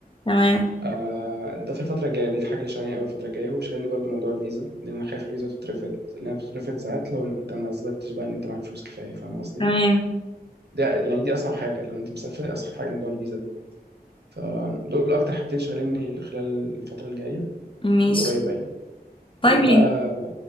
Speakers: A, on the left; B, on the right.
A: تمام
B: آه، ده في الفتره الجايه دي الحاجه اللي شغالين قوي الفتره الجايه وشغالني برضو موضوع الفيزا لان انا خايف الفيزا تترفض لانها بتترفض ساعات لو انت ما اثبتتش بقى ان انت معاك فلوس كفايه فاهم قصدي
A: تمام
B: ده يعني دي اصعب حاجه لو انت مسافر اصعب حاجه موضوع الفيزا ده فدول اكتر حاجتين شغاليني خلال الفتره الجايه
A: ماشي
B: القريبه يعني
A: طيب
B: وبقى
A: يعني